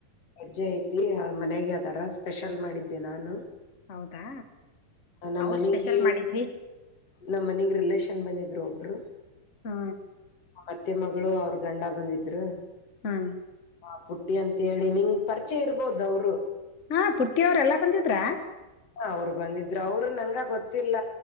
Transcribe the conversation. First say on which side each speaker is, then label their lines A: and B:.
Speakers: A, on the left; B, on the left.
A: ಅಜ್ಜೆ ಐತಿ ಮನೆಗೆ ಅದರ ಸ್ಪೆಷಲ್ ಮಾಡಿದ್ದೆ ನಾನು
B: ಹೌದಾ
A: ನಮ್ಮ್
B: ನಾವು
A: ಮನಗೆ
B: ಸ್ಪೆಷಲ್ ಮಾಡಿದ್ವಿ
A: ನಮ್ಮ್ ಮನಗ್ ರಿಲೇಷನ್ ಬಂದಿದ್ದ ಬಂದಿದ್ರು ಒಬ್ರು
B: ಹಾ
A: ಮತ್ತೆ ಮಗಳು ಅವ್ರ ಗಂಡ ಬಂದಿದ್ರು
B: ಹ್ಮ್
A: ಹ ಪುಟ್ಟಿ ಅಂತ ಹೇಳಿ ನಿಂಗ್ ಪರಿಚಯ ಇರ್ಬೋದು ಅವರು
B: ಹಾ ಪುಟ್ಟಿ ಅವ್ರ ಎಲ್ಲಾ ಬಂದಿದ್ರ
A: ಹ ಅವ್ರು ಬಂದಿದ್ರರು ಅವರು ನಂಗ ಗೊತ್ತಿಲ್ಲ